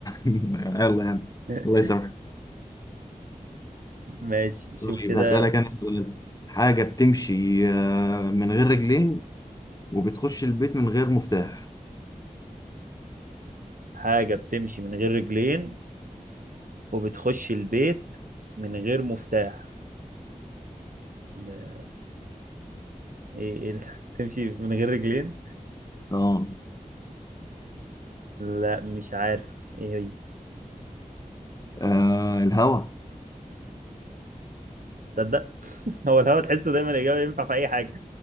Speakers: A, on the left; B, on the right.
A: <laughs> يلا يعني
B: <laughs>
A: الله يسامحك
B: ماشي شوف
A: طيب
B: كده
A: هسألك أنا سؤال حاجة بتمشي آه، من غير رجلين وبتخش البيت من غير مفتاح
B: حاجه بتمشي من غير رجلين وبتخش البيت من غير مفتاح لا، ايه ايه ال- <laughs> تمشي من غير رجلين
A: اه
B: لا مش عارف ايه هي
A: آه الهوا
B: تصدق <laughs> هو الهوا تحسه دايما الاجابه ينفع في اي حاجه